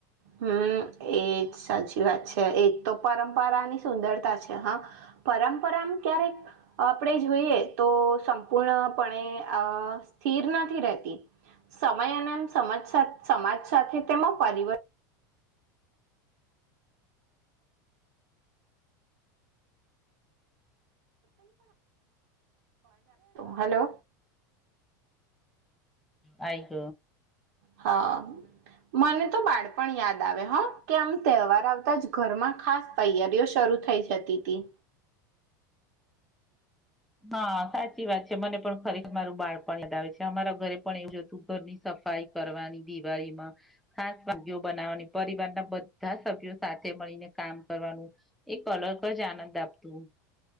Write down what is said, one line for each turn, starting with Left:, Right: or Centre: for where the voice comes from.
Right: હમ એજ સાચી વાત છે એક તો પરંપરાની સુંદરતા છે હા પરંપરામાં ક્યારેક આપણે જોઈએ તો સંપૂર્ણપણે આ સ્થિર નથી રહેતી સમય અને સજ સમાજ સાથે તેમાં પરિવર્તન હલો
Centre: આઈ ગ
Right: હા મને તો બાળપણ યાદ આવે હ કે આમ તહેવાર આવતા જ ઘરમાં ખાસ તૈયારીઓ શરૂ થઈ જતી હતી
Centre: હા સાચી વાત છે મને પણ ખરેખર મારું બાળપણ યાદ આવે છે અમારા ઘરે પણ એવું જ હતું ઘરની સફાઈ કરવાની દિવાળીમાં ખાસ વાગ બનાવવાની પરિવારના બધા સભ્યો સાથે મળીને કામ કરવાનું એક અલગ જ આનંદ આપતું